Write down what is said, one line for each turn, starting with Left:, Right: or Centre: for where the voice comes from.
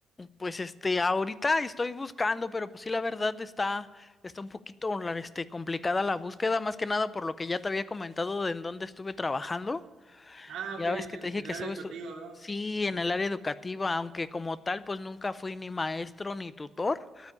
Left: Pues este, ahorita estoy buscando, pero pues sí, la verdad está, está un poquito la- este, complicada la búsqueda, más que nada por lo que ya te había comentado de en dónde estuve trabajando.
Right: Ah,
Left: Ya
Right: ok, en
Left: ves que
Right: el,
Left: te dije
Right: en
Left: que
Right: el área
Left: estuve
Right: educativa,
Left: estu-
Right: ¿verdad?
Left: sí,
Right: Sí.
Left: en el área educativa, aunque como tal, pues nunca fui ni maestro ni tutor,